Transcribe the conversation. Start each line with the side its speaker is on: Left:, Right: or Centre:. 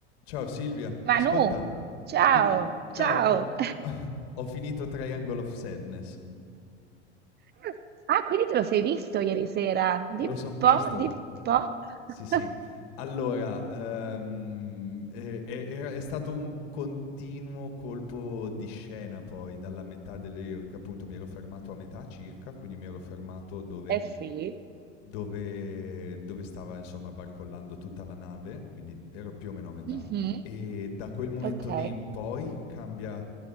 Left: Ciao Silvia,
Right: Manu,
Left: ascolta,
Right: ciao,
Left: dimmi, ciao,
Right: ciao.
Left: ho, <laughs> ho finito Triangle of Sadness,
Right: <laughs> Ah, quindi te lo sei visto ieri sera? Dimmi
Left: me lo
Right: un
Left: son visto,
Right: po', dimmi un po'. <laughs>
Left: sì sì. Allora, ehm, e- e- era- è stato un continuo colpo di scena poi dalla metà delle, che appunto mi ero fermato a metà circa, quindi mi ero fermato dove,
Right: Eh sì,
Left: dove, dove stava insomma barcollando tutta la nave, quindi ero più o meno a metà,
Right: Mhm,
Left: e da quel momento
Right: ok.
Left: lì in poi cambia